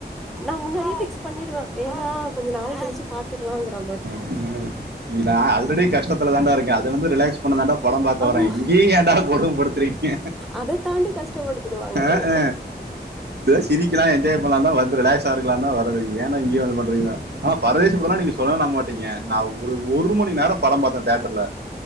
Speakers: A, in the centre; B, on the right.
A: நா முன்னாடியே பிக்ஸ் பண்ணிடுவே வேணா கொஞ்சோ நாள் கழிச்சி பாத்துக்லாங்ற மாரி
B: ம் இதுலநா ஆல்ரெடி கஷ்டத்துல தாண்டா இருக்கே அதுல இருந்து ரிலாக்ஸ் பண்ண தாண்ட படோ பாக்க
A: ஆமா
B: வரே இங்கேயு ஏன்டா கொடும படுத்துறீங்க
A: அத தாண்டி கஷ்டப்படுத்திடுவாங்க
B: அஅ
A: அவங்க
B: ஏதோ சிரிக்லா என்ஜாய் பண்லாதா வந்து ரிலாக்ஸ்ஸா இருக்கலாதா வரது ஏன்டா இங்கேயு வந்து இது பண்றீங்ன்னா ஆனா பரதேசி படோல்லா நீங்க சொன்ன நம்ப மாட்டீங்க நா ஒரு ஒரு மணி நேரோ படோ பாத்தே தேட்டர்ல